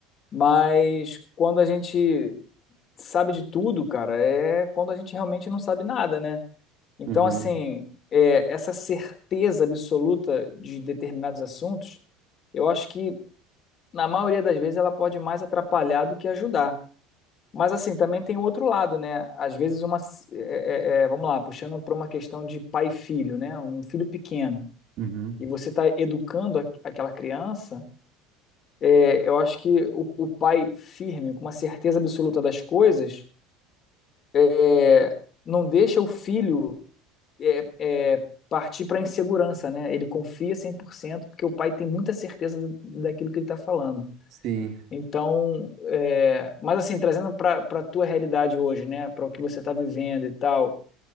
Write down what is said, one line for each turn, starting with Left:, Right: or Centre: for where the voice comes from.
Left: Mas quando a gente sabe de tudo, cara, é quando a gente realmente não sabe nada, né? Então,
Right: Uhum,
Left: assim, é, essa certeza absoluta de determinados assuntos, eu acho que, na maioria das vezes, ela pode mais atrapalhar do que ajudar. Mas, assim, também tem o outro lado, né? Às vezes, uma, é, é, é, vamos lá, puxando para uma questão de pai e filho, né? Um filho pequeno.
Right: uhum.
Left: E você está educando a- aquela criança, é, eu acho que o, o pai firme, com uma certeza absoluta das coisas, é, não deixa o filho é, é, partir para a insegurança, né? Ele confia 100% porque o pai tem muita certeza daquilo que ele está falando.
Right: Sim.
Left: Então, é, mas assim, trazendo para a tua realidade hoje, né? Para o que você está vivendo e tal,